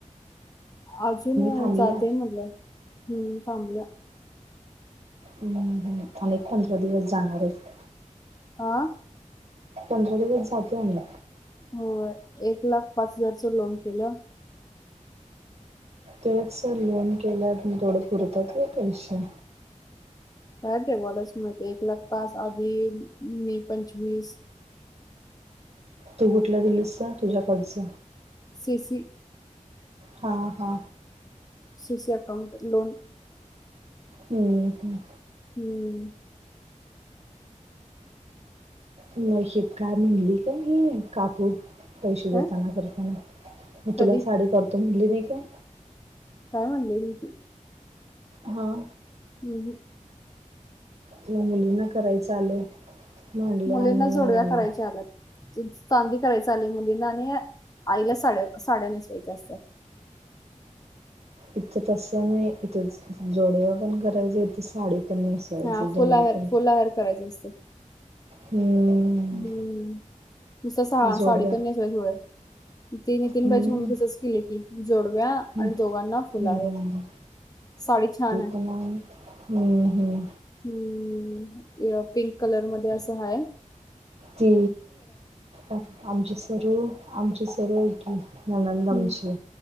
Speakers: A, on the left (about 30°); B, on the right (about 50°).
A: अजून
B: थांबल्या
A: जातय म्हलं हम्म सांबला
B: हम् अनेक पंधरा दिवस जाणारच
A: आा
B: पंधरा दिवस जातो अम
A: हो एक लाख पाच हजारच लोन केलं
B: तच सर लोन केला म थोड पुरतात का पैसे
A: काय ते बलाच माित एक लग पास आधी मी पंचवीस
B: तू उुठला दिलीस तुझ्याकडच
A: शस
B: हा हा
A: ससी अकाौंट लोन <unintelligible>
B: हम्म -हम्
A: हम्म
B: मशीेत काय म्हणली का काकू पैसे
A: काय
B: देताना करताना मग
A: कधी
B: तिला साडी करत तु म्हणली नाही काय?
A: काय म्हणले नी?
B: हा
A: हम्
B: कि मुलींना करायचं आलंय? मांडले
A: मुलींना
B: आणि
A: जोडव्या करायच्या चांदी करायच आली मुलींना आणि आईला साडया नेसवायच्या असतात.
B: इथं तस नाही इथ जोडवा पण करायच इथे साडी पण नेसायची
A: हा
B: दोन्ही
A: फुल आहेर
B: पण
A: फुल आहेर करायच असते.
B: हम्म
A: हम्म दुस सहा
B: जोडव्या
A: साडेपन्नास वेळेस हो. ती नितीनबाईची
B: हम्म
A: मुलगी तेच केली की जोडव्या
B: हम्म
A: आणि दोघांना फुला
B: हम्म
A: आहेर, साडी छान आहे.
B: पण आणि हम्म हम्म
A: हम्म पिंक कलर मध्ये असं आहे.
B: ती आमचे सरू आमची चलाठ <inaudible> नंदान
A: हम्म
B: ची